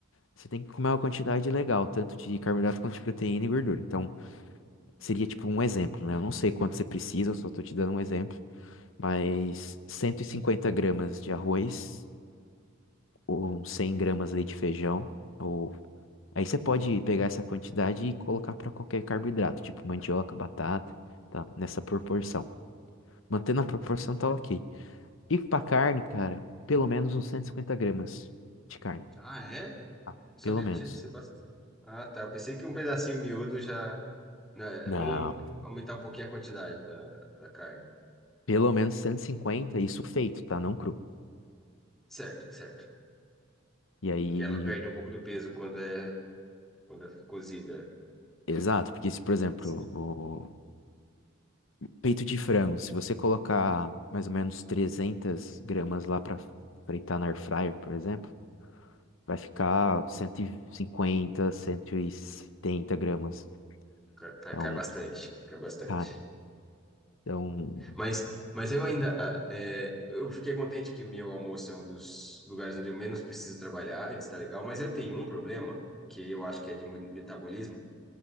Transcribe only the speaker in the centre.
Ah, é?
Não sabia
que tinha de ser bastante. Ah, tá. Eu pensei que um pedacinho miúdo já. Não, é
bom aumentar um pouquinho a quantidade da, da carne.
Certo, certo.
Porque ela perde um pouco do peso quando é, quando é cozida.
Sim,
cai, cai-
cai bastante. Cai bastante.
Mas, mas eu ainda. ah, é, eu fiquei contente que meu almoço é um dos lugares onde eu menos preciso trabalhar. Ele está legal. Mas eu tenho um problema, que eu acho que é de metabolismo,